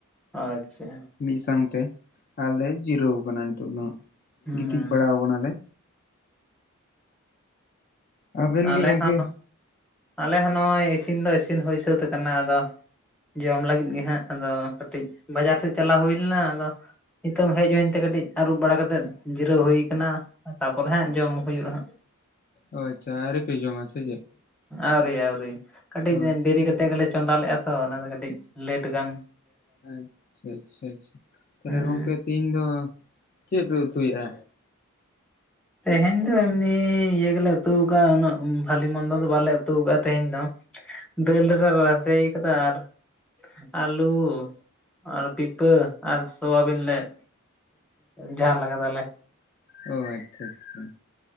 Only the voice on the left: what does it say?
ᱢᱤᱫ ᱥᱟᱶᱛᱮ ᱟᱨᱞᱮ ᱡᱤᱨᱟᱹᱣ ᱠᱟᱱᱟ ᱱᱤᱛᱚᱜ ᱫᱚ,
ᱜᱤᱛᱤᱡ ᱵᱟᱲᱟᱣ ᱠᱟᱱᱟ ᱞᱮ᱾ ᱟᱵᱮᱱ
ᱜᱮ ᱜᱚᱝᱠᱮ
ᱚ ᱟᱪᱪᱷᱟ ᱟᱣᱨᱤ ᱯᱮ ᱡᱚᱢᱟ ᱥᱮ ᱪᱮᱫ?
ᱚ
ᱟᱪᱪᱷᱟ ᱟᱪᱪᱷᱟ ᱪᱷᱟ, ᱛᱟᱦᱞᱮ
ᱜᱚᱝᱠᱮ ᱛᱤᱦᱤᱧ ᱫᱚ ᱪᱮᱫ ᱯᱮ ᱩᱛᱩᱭᱼᱟ?
ᱚ ᱟᱪᱪᱷᱟ ᱟᱪᱪᱷᱟ᱾